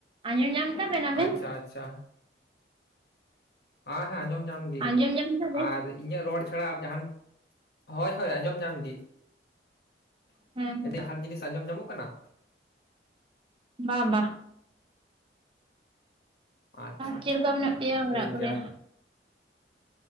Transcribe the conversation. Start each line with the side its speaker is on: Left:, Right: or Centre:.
Right: ᱟᱸᱡᱚᱢ ᱧᱟᱢ ᱫᱟᱵᱮᱱ ᱟᱵᱮᱱ
Left: ᱟᱪᱪᱷᱟ ᱟᱪᱪᱷᱟ᱾ ᱦᱮᱸ ᱦᱮᱸ ᱟᱸᱡᱚᱢ ᱧᱟᱢ ᱜᱮ᱾
Right: ᱟᱸᱡᱚᱢ ᱧᱟᱢ ᱫᱟᱵᱮᱱ
Left: ᱟᱨ ᱤᱧᱟᱹᱜ ᱨᱚᱲ ᱪᱷᱟᱲᱟ ᱟᱨ ᱡᱟᱦᱟᱱ ᱦᱳᱭ ᱦᱳᱭ ᱟᱸᱡᱚᱢ ᱧᱟᱢ ᱜᱮ᱾
Right: ᱦᱮᱸ ᱦᱮᱸ
Left: ᱡᱟᱦᱟᱸᱱ ᱡᱤᱱᱤᱥ ᱟᱸᱡᱚᱢ ᱧᱟᱢᱚᱜ ᱠᱟᱱᱟ?
Right: ᱵᱟ ᱵᱟᱝ
Left: ᱟᱪᱪᱷᱟ
Right: ᱪᱮᱫ
Left: ᱟᱪᱪᱷᱟ
Right: ᱞᱮᱠᱟ ᱢᱮᱱᱟᱜ ᱯᱮᱭᱟ
Left: ᱴᱷᱤᱠ
Right: ᱚᱲᱟᱜ ᱠᱚᱨᱮ?
Left: ᱜᱮᱭᱟ